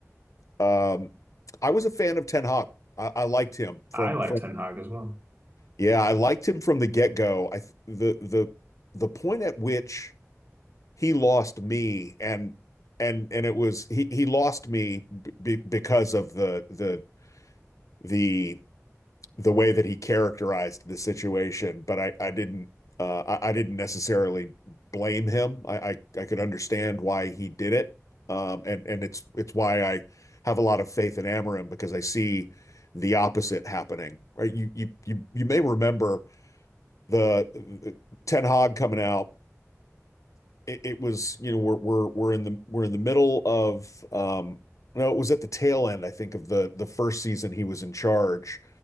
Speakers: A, on the left; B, on the right.
A: Um, I was a fan of Ten Hag. I, I liked him from
B: I like
A: from
B: Ten Hag as well,
A: yeah, I liked him from the get go. I th- the the the point at which he lost me and and and it was he he lost me b b- because of the the the the way that he characterized the situation, but I, I didn't uh, I, I didn't necessarily blame him. I, I, I could understand why he did it. Um, and, and it's it's why I have a lot of faith in Amarim because I see the opposite happening, right? You you you you may remember the, the Ten Hag coming out it, it was, you know, we're we're we're in the we're in the middle of um no, it was at the tail end, I think, of the the first season he was in charge,